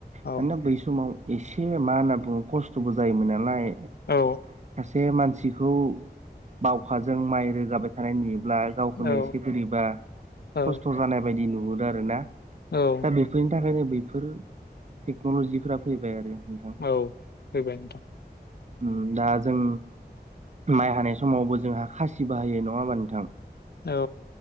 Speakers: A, on the left; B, on the right.
A: औ
B: मानोना बै समाव एसे ए मा होनना बुङो खस्थबो जायोमोन नालाय।
A: औ
B: सासे मानसिखौ बावखाजों माइ रो जाबाय थानाय <unintelligible> ना गावखौनो
A: औ
B: एसे <unintelligible> बोरैबा
A: औ
B: खस्थ' जानाय बायदि नुहुरो आर <unintelligible> दा
A: औ
B: बेफोरनि थाखायनो बै फोरो टेक्नलजिफोरा फैबाय आरो। नोंथां
A: औ फैबाय नोंथां।
B: उम दा जों माइ हानाय समावबो जोंहा खासि बाहायो नङा होमबा नोंथां।
A: औ